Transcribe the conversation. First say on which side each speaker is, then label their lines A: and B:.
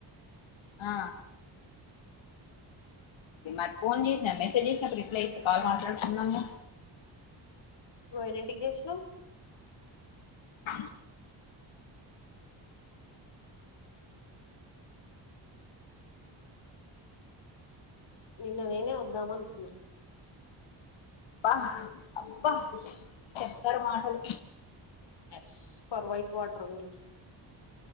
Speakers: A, on the left (about 90°); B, on the left (about 65°).
A: ఆ మరి ఫోన్ చేచినా మెసేజ్ చేచిన్నపుడు రిప్లై ఇస్తే కాల్ మాట్లాడుకుందాంగా.
B: ఓయిన్నిటికి చేచినవ్
A: ఆ
B: నిన్నా నేనే వాద్దమనుకున్నా
A: అబ్బా అబ్బ చెప్పరు మాటలు
B: స్ ఫర్ వైఫ్ వాటరుంది